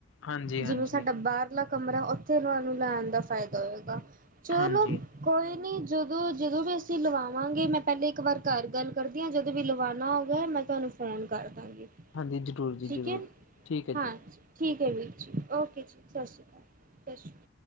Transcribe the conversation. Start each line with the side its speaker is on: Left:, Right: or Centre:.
Left: ਹਾਂਜੀ
Right: ਜਿਵੇਂ
Left: ਹਾਂਜੀ
Right: ਸਾਡਾ ਬਾਹਰਲਾ ਕਮਰਾ ਉੱਥੇ ਤੁਹਾਨੂੰ ਲੈਣ ਦਾ ਫਾਇਦਾ ਹੋਏਗਾ ਚਲੋ
Left: ਹਾਂਜੀ
Right: ਕੋਈ ਨੀ ਜਦੋਂ ਜਦੋਂ ਵੀ ਅਸੀਂ ਲਵਾਵਾਂਗੇ ਮੈਂ ਪਹਿਲੇ ਇੱਕ ਵਾਰ ਘਰ ਗੱਲ ਕਰਦੀ ਹਾਂ ਜਦੋਂ ਵੀ ਲਵਾਉਣਾ ਹੋ ਗਿਆ ਮੈਂ ਤੁਹਾਨੂੰ ਫੋਨ ਕਰ ਦਾਂਗੇ
Left: ਹਾਂਜੀ ਜ਼ਰੂਰ ਜੀ
Right: ਠੀਕ
Left: ਜ਼ਰੂਰ
Right: ਹੈ
Left: ਠੀਕ ਹੈ ਜੀ
Right: ਹਾਂਜੀ ਠੀਕ ਹੈ ਵੀਰ ਜੀ ਓਕੇ ਜੀ ਸਤਿ ਸ਼੍ਰੀ ਅਕਾਲ ਸਤਿ ਸ਼੍ਰੀ ਅਕਾਲ